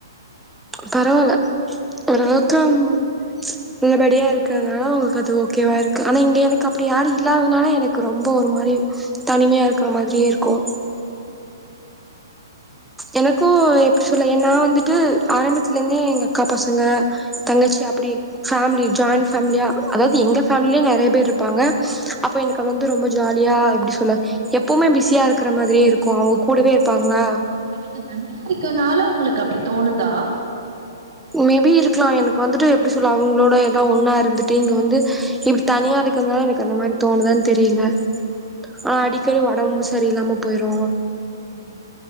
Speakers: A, in the centre; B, on the right (about 60°).
A: பரவால்ல ஓரளவுக்கம் <unintelligible> ரெடியாக இருக்கிறதுனால அவுங்களுக்கு அது ஓகேவாக இருக்கு ஆனா இங்க எனக்கு அப்டி யாரு இல்லாததுனால எனக்கு ரொம்ப ஒரு மாரி தனிமையா இருக்கற மாத்ரியே இருக்கு எனக்கு எப்டி சொல்ல ஏ நா வந்துட்டு ஆரம்பத்துலந்தே எங்க அக்கா பசங்க தங்கச்சி அப்டி ஃபேம்லி ஜாய்ன் ஃபேமிலியா அதாவ்து எங்க ஃபேமிலியே நெறைய பேர் இருப்பாங்க அப்ப எனக் க்க வந்து ரொம்ப ஜாலியா எப்டி சொல்ல எப்பவ்மே பிஸியா இருக்கிற மாதிரியே இருக்கு அவ்ங்க கூடவே இருப்பாங்ளா
B: நீங்க தனியா இருக்கனால உங்களுக்கு அப்டி தோணுதா
A: மேபி இருக்கலா எனக்கு வந்துட்டு எப்டி சொல்ல அவங்களோட எல்லா ஒன்னா இருந்துட்டு இங்க வந்து இப்டி தனியா இருக்கிறதுனால எனக்கு அந்த மாரி தோணுதான் தெரில ஆ அடிக்கடி ஒடம்பு சரியில்லாம போய்ரு
B: ம்